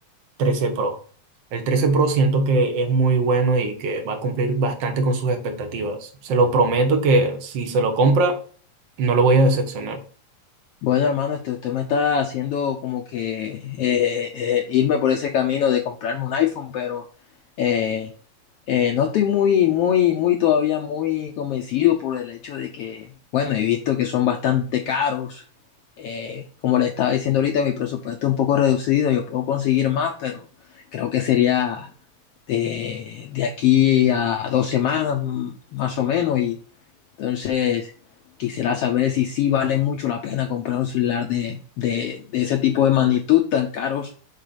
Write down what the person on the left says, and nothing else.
Bueno, hermano, este, usted me está haciendo como que eh, eh, irme por ese camino de comprarme un iPhone, pero eh, eh, no estoy muy, muy, muy todavía muy convencido por el hecho de que, bueno, he visto que son bastante caros. Eh, como le estaba diciendo ahorita, mi presupuesto es un poco reducido, yo puedo conseguir más, pero creo que sería de, de aquí a dos semanas mm, más o menos y entonces, quisiera saber si sí vale mucho la pena comprar un celular de, de- de ese tipo de magnitud tan caros,